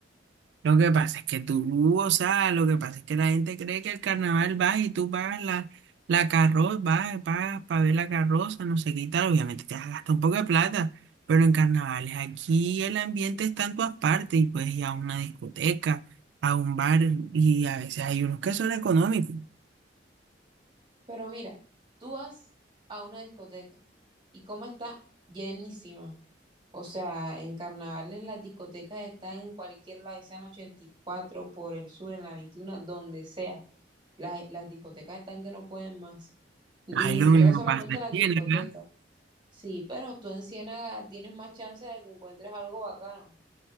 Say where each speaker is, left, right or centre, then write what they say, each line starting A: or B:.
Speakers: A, on the right; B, on the right.
A: Lo que pasa es que tú, o sea, lo que pasa es que la gente cree que el carnaval va y tú pagas la, la carroza, vas, pagas para ver la carroza, no sé qué y tal. Obviamente te vas a gastar un poco de plata, pero en carnavales aquí el ambiente está en todas partes y puedes ir a una discoteca, a un bar y a veces hay unos que son económicos.
B: Pero mira, tú vas a una discoteca y cómo está llenísima. O sea, en carnavales las discotecas están en cualquier lado, ya sea en la 84 por el sur, en la 21, donde sea. Las, las discotecas están que no pueden más. Y
A: Ahí
B: ni
A: lo
B: siquiera
A: mismo
B: solamente
A: pasa en
B: las
A: Ciénaga.
B: discotecas. Sí, pero tú en Ciénaga tienes más chance de que encuentres algo bacano.